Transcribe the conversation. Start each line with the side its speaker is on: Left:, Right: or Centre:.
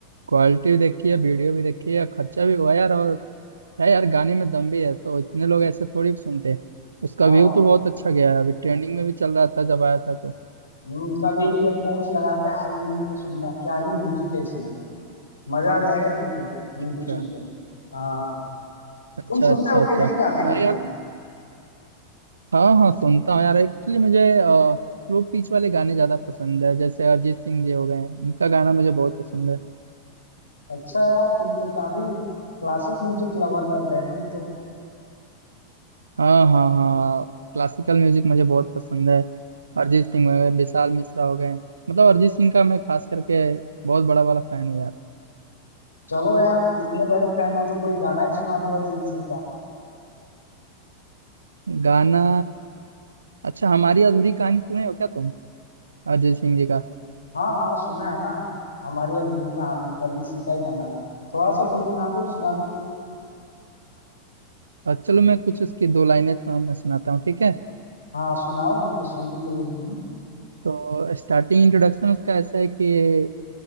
Right: क्वालिटी भी देखी है वीडियो भी देखी है खर्चा भी हुआ है यार और है यार गाने में दम भी है तो इतने लोग ऐसे थोड़ी सुनते हैं उसका
Left: हाँ
Right: व्यू तो बहुत अच्छा गया है अभी ट्रेंडिंग में भी चल रहा था जब आया था तो
Left: हम्म, कभी ईयरफोन्स लगा के हाई वॉल्यूम पे सुनना क्या ही म्यूजिक है इसमें मजा आ जाएगा तुमको म्यूजिक
Right: अच्छा
Left: सुन के हाँ
Right: अच्छा
Left: तुम सुनते
Right: अच्छा
Left: हो
Right: अच्छा
Left: कि नहीं गाने कोई
Right: अरे यार हाँ हाँ सुनता हूँ यार एक्चुअली मुझे अ, स्लो पिच वाले गाने ज्यादा पसंद है जैसे अरिजीत सिंह जी हो गए हैं, इनका गाना मुझे बहुत पसंद है
Left: अच्छा यार तुम तो काफी क्लासिक म्यूजिक लवर लग रहे हो तुम तो
Right: हाँ हाँ हाँ क्लासिकल म्यूजिक मुझे बहुत पसंद है अरिजीत सिंह हो गए विशाल मिश्रा हो गए मतलब अरिजीत सिंह का मैं खास करके बहुत बड़ा वाला फैन हूँ यार
Left: चलो यार इतने बड़े फैन हो तो कोई गाना ही सुना दो अरिजीत सिंह का
Right: गाना अच्छा हमारी अधूरी कहानी सुने हो क्या तुम अरिजीत सिंह जी का
Left: हाँ हाँ सुना है ना हमारी अधूरी कहानी अरिजीत सिंह का ही गाना है थोड़ा सा गुनगुना दो उस गानों को
Right: अ, चलो मैं कुछ उसकी दो लाइनें तुम्हें सुनाता हूँ ठीक है
Left: हाँ सुनाओ मैं तो सुनने के लिए हूँ ही।
Right: तो स्टार्टिंग इंट्रोडक्शन उसका ऐसा है कि